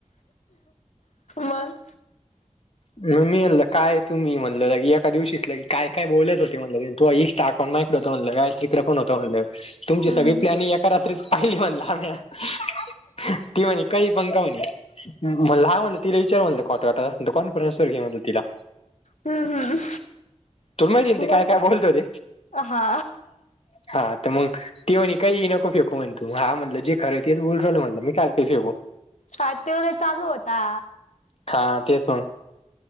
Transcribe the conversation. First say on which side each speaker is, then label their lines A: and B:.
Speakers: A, on the left; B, on the left.
A: मग
B: म मी म्हणलं काय तुम्ही म्हटलं की लगे एका दिवशीच ला की काय काय बोलत होते म्हटलं रे तू अ इन्स्टा कोण माया इकडे होतं म्हणलं काय तिकडे पण होतं म्हणलंस तुमची
A: हम्म
B: सगळी प्लॅनिंग एका रात्रीच पाहिली म्हणला आम्ही या ती म्हणे काही पण का म्हणे म्हणलं हा म्हणलं तिला विचार म्हणलं. खोटं वाटत असन तर कॉन्फरेन्स वर घे म्हणलं तिला.
A: हम्म हम्म.
B: तुला माहितीये ना
A: मग
B: ते काय काय बोलत होते
A: हा
B: हा. तर मग ती म्हणे काहीही नको फेकू म्हणे तू हा म्हटलं जे खरं आहे तेच बोलू राहिलो म्हटलं मी कायले फेकू.
A: हा तेवढे चालू होता
B: हा तेच मग